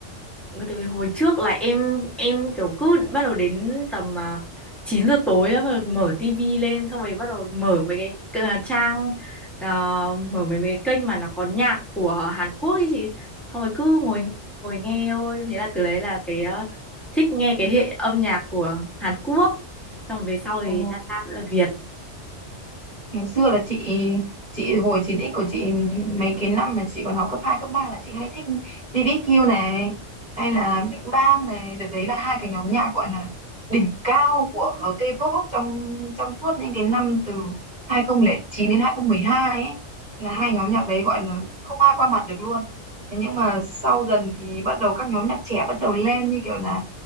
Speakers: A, in the centre; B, on the right.
A: Ừ, Tại vì hồi trước là em em kiểu cứ bắt đầu đến tầm à, 9 giờ tối đó mà mở tivi lên xong rồi bắt đầu mở mấy cái c- à, trang à, mở mấy mấy cái kênh mà nó có nhạc của Hàn Quốc ấy chị xong rồi cứ ngồi ngồi nghe thôi thế là từ đấy là cái à, thích nghe cái hệ âm nhạc của Hàn Quốc xong rồi về sau thì
B: ừ
A: là, là Việt
B: ngày xưa là chị chị hồi chín x của chị mấy cái năm mà chị còn học cấp 2 cấp 3 là chị hay thích ti vi kiu này hay là Big Bang này đợt đấy là hai cái nhóm nhạc gọi là đỉnh cao của K-pop trong trong suốt những cái năm từ 2009 đến 2012 ấy là hai nhóm nhạc đấy gọi là không ai qua mặt được luôn thế nhưng mà sau dần thì bắt đầu các nhóm nhạc trẻ bắt đầu lên như kiểu là